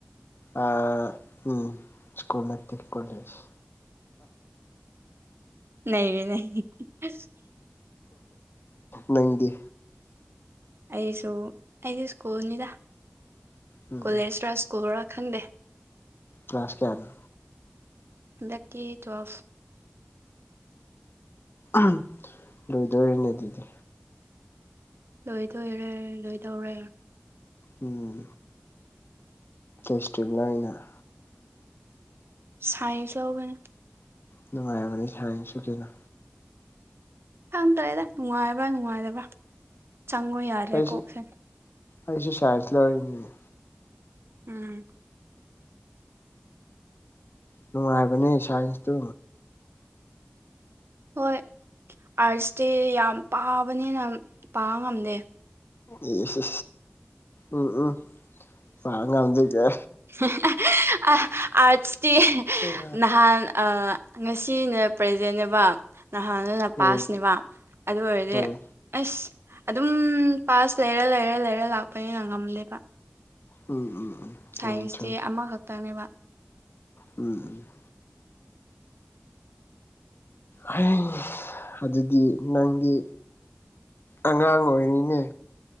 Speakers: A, on the left; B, on the right.
A: ꯑ ꯎꯝ ꯁ꯭ꯀꯨꯜ ꯅꯠꯇꯦ ꯀꯣꯂꯦꯖ
B: <unintelligible>
A: ꯅꯪꯗꯤ
B: ꯑꯩꯁꯨ ꯑꯩꯁ ꯁ꯭ꯀꯨꯜꯅꯤꯅ
A: ꯎꯝ
B: ꯀꯣꯂꯦꯖꯔꯥ ꯁ꯭ꯀꯨꯜꯔꯥ ꯈꯪꯗꯦ
A: ꯀꯂ꯭ꯥꯁ ꯀꯌꯥꯅꯣ
B: ꯍꯟꯗꯛ ꯇꯨꯋꯦꯜꯞ
A: ꯑꯣ ꯂꯣꯏꯗꯣꯔꯦꯅꯦ ꯑꯗꯨꯗꯤ
B: ꯂꯣꯏꯗꯣꯔꯦ ꯂꯣꯏꯗꯣꯔꯦ
A: ꯎꯝ ꯏꯁꯇ꯭ꯔꯤꯞ ꯅꯣ ꯉꯅ
B: ꯁꯥꯏꯟꯁ ꯂꯧꯒꯅꯤ
A: ꯅꯨꯡꯉꯥꯏꯔꯕꯅꯤ ꯁꯥꯏꯟꯁꯁꯨ ꯀꯩꯅꯣ
B: ꯈꯪꯗ꯭ꯔꯦꯗ ꯅꯨꯡꯉꯥꯏꯕ ꯅꯨꯡꯉꯥꯏꯇꯕ ꯆꯪꯉꯣ ꯌꯥꯔꯦ
A: ꯑꯩꯁꯨ
B: ꯀꯣꯛꯁꯦ
A: ꯑꯩꯁꯨ ꯁꯥꯏꯟꯁ ꯂ ꯑꯣꯏꯅꯤ
B: ꯎꯝ
A: ꯅꯨꯡꯉꯥꯏꯕꯅꯦ ꯁꯥꯏꯟꯁꯇꯨ
B: ꯍꯣꯏ ꯑꯥꯔꯁꯇꯦ ꯌꯥꯝ ꯄꯥꯕꯅꯤꯅ ꯄꯥꯕ ꯉꯝꯗꯦ
A: ꯑꯦ ꯎꯝ ꯎꯝ ꯄꯥ ꯉꯝꯗꯣꯏꯒꯦ
B: <unintelligible> ꯑꯥꯔꯠꯁꯇ
A: ꯎꯝ
B: ꯅꯍꯥꯟ ꯉꯁꯤꯅꯦ ꯄ꯭ꯔꯖꯦꯟꯅꯦꯕ ꯅꯍꯥꯟꯅ
A: ꯎꯝ
B: ꯄꯥꯁꯅꯦꯕ ꯑꯗꯨ ꯑꯣꯏꯔꯗꯤ
A: ꯎꯝ
B: ꯑꯁ ꯑꯗꯨꯝ ꯄꯥꯁ ꯂꯩꯔ ꯂꯩꯔ ꯂꯩꯔ ꯂꯥꯛꯄꯅꯤꯅ ꯉꯝꯗꯦꯕ
A: ꯎꯝ ꯎꯝ ꯎꯝ ꯆꯨꯝꯃꯤ
B: ꯁꯥꯏꯟꯁꯇꯤ
A: ꯆꯨꯝꯃꯤ
B: ꯑꯃꯈꯛꯇꯪꯅꯦꯕ
A: ꯎꯝ ꯎꯝ ꯍ ꯑꯗꯨꯗꯤ ꯅꯪꯗꯤ ꯑꯉꯥꯡ ꯑꯣꯏꯔꯤꯅꯦ ꯎ